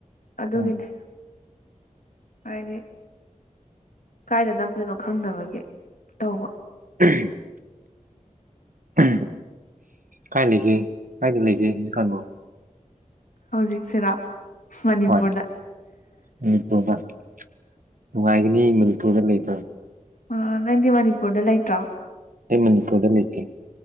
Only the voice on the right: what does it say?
ꯎꯝ
ꯎꯝ <inaudible> ꯎꯝ ꯀꯥꯏ ꯂꯩꯒꯦ ꯀꯥꯏꯗ ꯂꯩꯒꯦ ꯍꯧꯖꯤꯛꯀꯥꯟꯕꯨ
ꯍ <unintelligible> <inaudible> ꯅꯨꯡꯉꯥꯏꯒꯅꯤ ꯃꯅꯤꯄꯨꯔꯗ ꯂꯩꯕ꯭ꯔ
ꯑꯩ ꯃꯅꯤ ꯀꯨꯔꯗ ꯂꯩ ꯂꯩꯇ